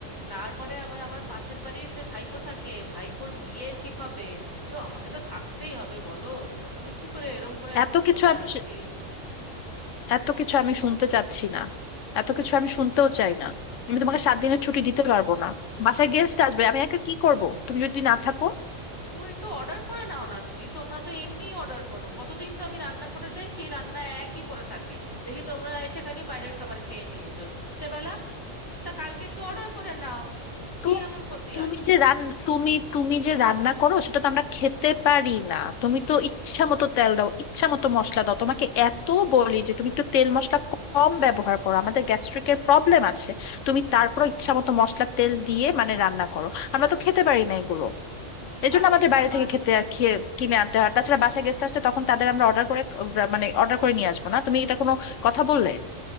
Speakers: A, on the left (about 15°); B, on the left (about 75°).
A: তারপরে আবার আমার পাশের বাড়িতে ভাইপো থাকে ভাইপোর বিয়ে ঠিক হবে তো আমাকে তো থাকতেই হবে বলো আমি কি করে এরম করে এখন
B: এত কিছু
A: চলে
B: আমি
A: আসি
B: এত কিছু আমি শুনতে চাচ্ছি না এত কিছু আমি শুনতেও চাই না আমি তোমাকে সাত দিনের ছুটি দিতে পারবো না বাসায় গেস্ট আসবে আমি একা কি করব তুমি যদি না থাকো
A: ও একটু অর্ডার করে নাও না দিদি তোমরা তো এমনিই অর্ডার করো কতদিন তো আমি রান্না করে যাই সেই রান্না একই পড়ে থাকে দেখি তোমরা এসে খালি বাইরের খাবার খেয়ে নিয়েছো সেবেলা তা কালকে একটু অর্ডার করে নাও কি
B: তো
A: এমন ক্ষতি
B: তুমি
A: আছে
B: যে রান তুমি তুমি যে রান্না করো সেটা তো আমরা খেতে পারি না তুমি তো ইচ্ছা মতো তেল দাও ইচ্ছা মতো মশলা দাও তোমাকে এত বলি যে তুমি একটু তেল মশলা কম ব্যবহার করো আমাদের গ্যাস্ট্রিকের প্রবলেম আছে তুমি তারপর ইচ্ছা মতো মশলা তেল দিয়ে মানে রান্না করো আমরা তো খেতে পারি না এগুলো এই জন্য
A: আরে
B: আমাদের
A: বাবা
B: বাইরে থেকে
A: দিদি
B: খেতে খেয়ে কিনে আনতে হয় আর তাছাড়া বাসায় গেস্ট আসলে তখন তাদের আমরা অর্ডার করে আহ, মানে অর্ডার করে নিয়ে আসবো না তুমি এটা কোনো কথা বললে